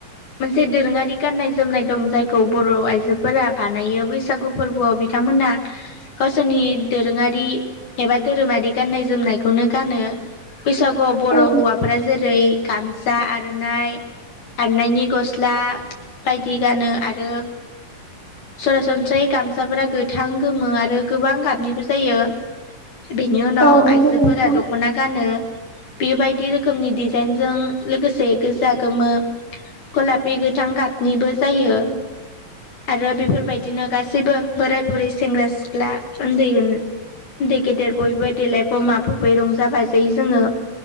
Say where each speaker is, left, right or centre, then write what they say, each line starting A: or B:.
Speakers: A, on the left; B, on the left.
A: मोनसे दोरोङारि गाननाय जोमनाय दं जायखौ बर' आइजोफोरा बानायो बैसागु फोरबोआव बिथांमोना। गावसोरनि दोरोंङारि एबा। धोरोमारि गान्नाय जोमनायखौनो गानो बैसागुआव बर'
B: औ
A: हौवाफ्रा जेरै - गामसा आर'नाइ। आरनायनि गस्ला बायदि गानो आरो। सरासनस्रायै गामसाफोरा गोथां गोमो आरो गोबां गाबनिबो जायो। बेनि उनाव
B: औ नंगौ
A: आइजोफोरा
B: नोंथां
A: दख'ना गानो। बेबायदि रोखोमनि डिजाइनजों लोगोसे गोजा गोमो। गलापि गोथां गााथनिबो जायो। आरो बेफोरबायदिनो गासैबो बोराय बुरै सेंग्रा सिख्ला ओन्दै ओ गेदेर बयबो देलायफ माफबै रंजा बाजायो जोंङो।